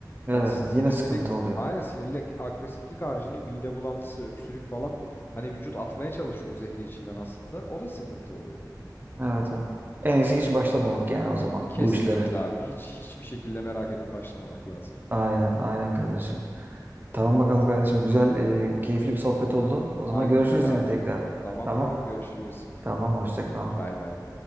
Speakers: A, on the right; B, on the left.
A: Evet.
B: Hani sinirlilik
A: evet. Yine sıkıntı oluyor.
B: aynen sinirlilik agresiflik haricinde mide bulantısı öksürük falan hani vücut atmaya çalışıyor o zehri içinden aslında o da sıkıntı oluyor.
A: Evet. evet. En iyisi hiç başlamamak yani o zaman
B: Kesinlikle
A: bu işlere.
B: abi. Hiç hiçbir şekilde merak edip başlamamak lazım.
A: Aynen. Aynen kardeşim. Tamam bakalım kardeşim. Güzel, e, keyifli bir sohbet oldu. O zaman
B: Aynen
A: görüşürüz
B: öyle abi.
A: yine tekrar.
B: Tamamdır
A: Tamam.
B: abi görüşürüz.
A: Tamam. Hoşça kal.
B: Bay bay.